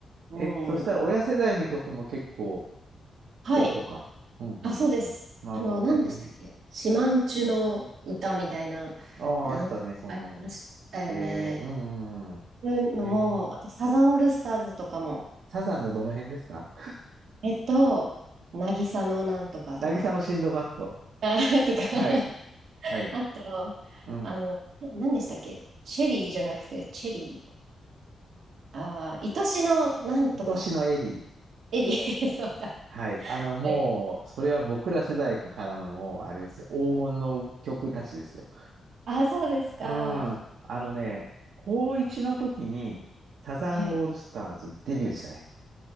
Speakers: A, on the right; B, on the right.
A: うん。
B: え、そしたら親世代の曲も結構ってことか。
A: はい。
B: うん、うん、
A: あ、そうです。
B: うん、うん。なるほどね。
A: あの、何でしたっけシマんチュの歌みたいな、
B: うん。ああ、
A: なんありましたよね。
B: あったね、そんなの。ええうんうんうん。
A: そういうのも、
B: ええ
A: あとサザンオールスターズとかも、
B: サザンのどの辺ですか <laughs>
A: えっと、渚のなんとかとか、
B: 渚のシンドバッド。
A: あ、とか、
B: はい。はい。
A: あと、
B: うん。
A: あの、何でしたっけシェリーじゃなくて、チェリー。あー、愛しのなんとか、
B: 愛しのエリー。
A: エリー、<laughs> そうだ。
B: はい。あの、もう、
A: はい。
B: それは僕ら世代からのもう、あれですよ。黄金の曲たちですよ。
A: あ、そうですか。
B: うん。あのね、高1の時に、サザンオールスターズデビューでしたね。
A: はい。